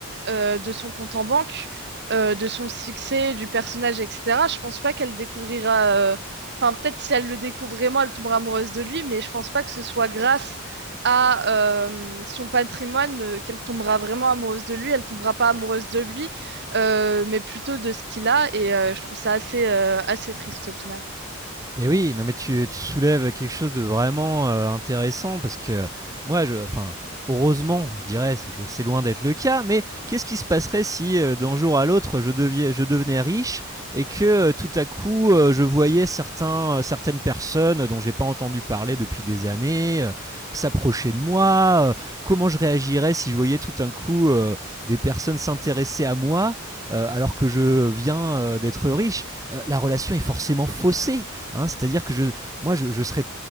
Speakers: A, on the right; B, on the right.
A: euh, de son compte en banque, euh, de son succès, du personnage, etc. Je pense pas qu'elle découvrira. euh, Enfin, peut-être si elle le découvre vraiment, elle tombera amoureuse de lui, mais je pense pas que ce soit grâce à euh, son patrimoine euh, qu'elle tombera vraiment amoureuse de lui. Elle tombera pas amoureuse de lui, euh, mais plutôt de ce qu'il a. Et euh, je trouve ça assez, euh, assez triste au final.
B: Mais oui, non mais tu, tu soulèves quelque chose de vraiment, heu, intéressant parce que moi je enfin, heureusement je dirais, c'est je c'est loin d'être le cas, mais qu'est-ce qui se passerait si, heu, d'un jour à l'autre je deviais je devenais riche et que, heu, tout à coup, heu, je voyais certains, heu, certaines personnes dont j'ai pas entendu parler depuis des années, heu, s'approcher de moi, heu? Comment je réagirais si je voyais tout d'un coup, heu, des personnes s'intéresser à moi, heu, alors que je viens, heu, d'être riche? Heu, la relation est forcément faussée. Hein, C'est-à-dire que je, moi, je, je serais